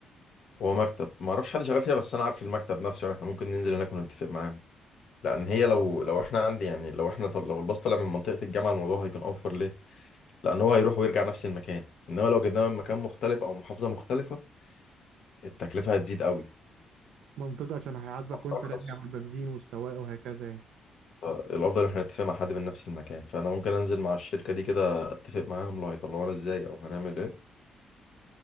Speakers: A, on the left; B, on the right.
A: هو مكتب ما اعرفش حد شغال فيها بس انا عارف المكتب نفسه يعني احنا ممكن ننزل هناك ونتفق معاهم لان هي لو لو احنا عندي يعني لو احنا طل... لو الباص طلع من منطقه الجامعه الموضوع هيكون اوفر ليه لان هو هيروح ويرجع نفس المكان انما لو جبناه من مكان مختلف او محافظه مختلفه التكلفه هتزيد قوي
B: منطقة عشان هيعذبك وانت
A: أرخص.
B: راجع من البنزين والسواق وهكذا يعني
A: الافضل احنا نتفق مع حد من نفس المكان فانا ممكن انزل مع الشركه دي كده اتفق معاهم لو هيطلعونا ازاي او هنعمل ايه